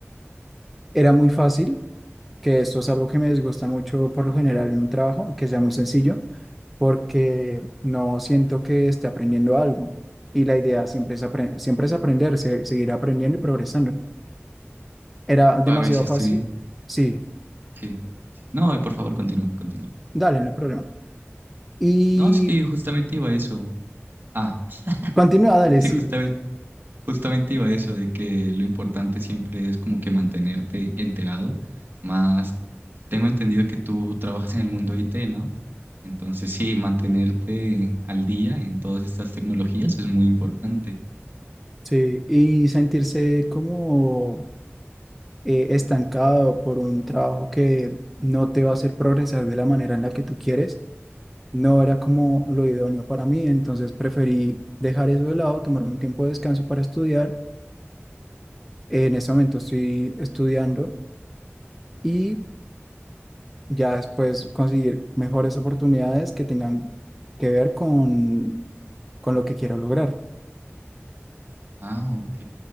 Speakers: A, in the centre; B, on the right.
A: era muy fácil, que esto es algo que me desgusta mucho por lo general en un trabajo, que sea muy sencillo, porque no siento que esté aprendiendo algo. Y la idea siempre es, apre- siempre es aprender, se- seguir aprendiendo y progresando. Era demasiado
B: Claro, y sí estoy.
A: fácil. Sí,
B: Sí, sí. No, por favor, continúa, continúa.
A: dale, no hay problema. Y
B: No, es que justamente iba a eso. Ah,
A: continúa,
B: <laughs>
A: dale,
B: sí,
A: sí.
B: justamente, justamente iba a eso, de que lo importante siempre es como que mantenerte enterado. Más, tengo entendido que tú trabajas en el mundo IT, ¿no? Entonces, sí, mantenerte al día en todas estas tecnologías es muy importante.
A: Sí, y sentirse como eh, estancado por un trabajo que no te va a hacer progresar de la manera en la que tú quieres, no era como lo idóneo para mí, entonces preferí dejar eso de lado, tomarme un tiempo de descanso para estudiar. En este momento estoy estudiando y ya después conseguir mejores oportunidades que tengan que ver con, con lo que quiero lograr.
B: Ah, ok.